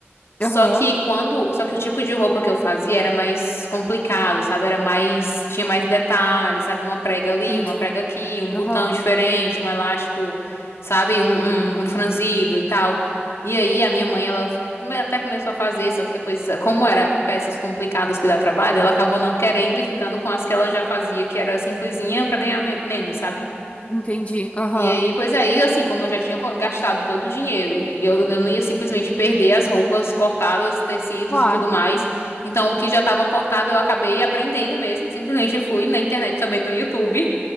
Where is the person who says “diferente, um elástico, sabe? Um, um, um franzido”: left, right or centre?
Left